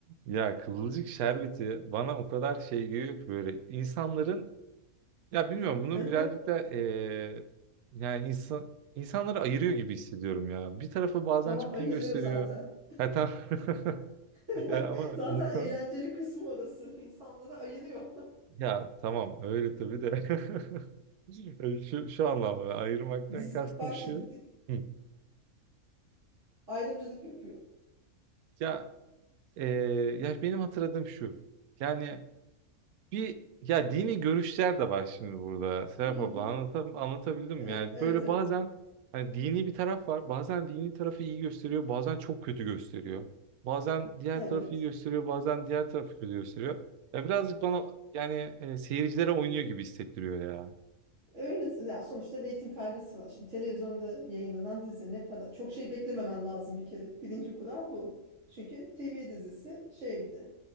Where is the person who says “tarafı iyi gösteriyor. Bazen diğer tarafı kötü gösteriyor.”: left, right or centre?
Right